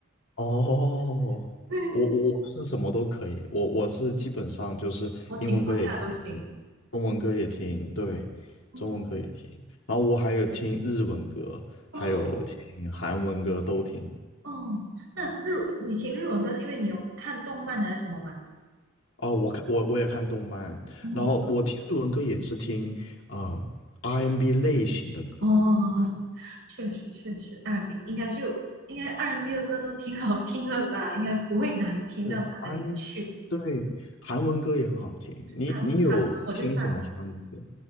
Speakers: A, on the left; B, on the right.
A: 哦，
B: <laughs> 对，什
A: 我我我是什么都可以，我我是基本上就是英文歌也听，
B: 么情况下都行。
A: 中文歌也听，对，
B: 嗯，
A: 中文歌也听，然后我还有听日文歌，
B: 哦
A: 还有听韩文歌都听。
B: 哦，那日你听日文歌是因为你有看动漫还是什么吗？
A: 哦，我看我我也看动漫，
B: 嗯，
A: 然后我听日文歌也是听啊、R&B n 类型的歌，
B: 哦，确实确实 r 米应该就应该 r 米的歌都挺好听的吧，应该不会难听到哪里去。
A: 对 R&B，n 对，韩文歌也很好听。你你有听什么韩文歌？
B: 韩韩文我就赞同，